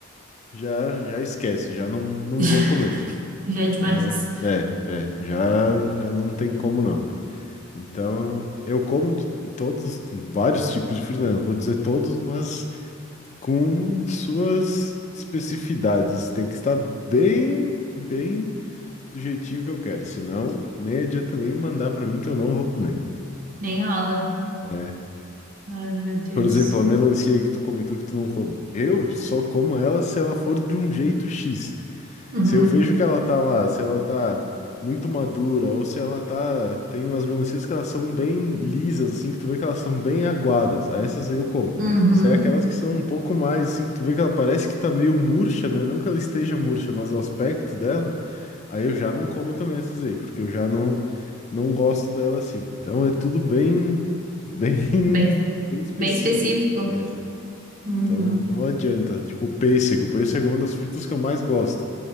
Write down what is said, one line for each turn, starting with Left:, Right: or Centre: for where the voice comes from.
Left: já já esquece, já não, não
Right: <laughs>
Left: vou comer.
Right: Já é demais.
Left: Já, é, é, já já não tem como não. Então, eu como de todos, vários tipos de fruta, né? não vou dizer todos, mas com suas especificidades. assim, Tem que estar bem, bem do jeitinho que eu quero, senão nem adianta nem mandar para mim que eu não vou comer.
Right: Nem rola.
Left: É.
Right: Ai, meu Deus.
Left: Por exemplo, a melancia aí que tu comentou que tu não come. Eu só como ela se ela for de um jeito X.
Right: Uhum.
Left: Se eu vejo que ela tá lá, se ela tá muito madura, ou se ela tá. Tem umas melancias que elas são bem lisas, assim, que tu vê que elas são bem aguadas. Aí essas aí eu como.
Right: Uhum.
Left: Se é aquelas que são um pouco mais, assim, tu vê que ela parece que tá meio murcha, né? Não que ela esteja murcha, mas o aspecto dela, aí eu já não como também essas aí, porque eu já não, não gosto dela assim. Então é tudo bem, bem,
Right: Bem,
Left: <laughs> bem específico.
Right: bem específico.
Left: É.
Right: Uhum.
Left: Então não adianta. Tipo, pêssego. Pêssego é uma das frutas que eu mais gosto.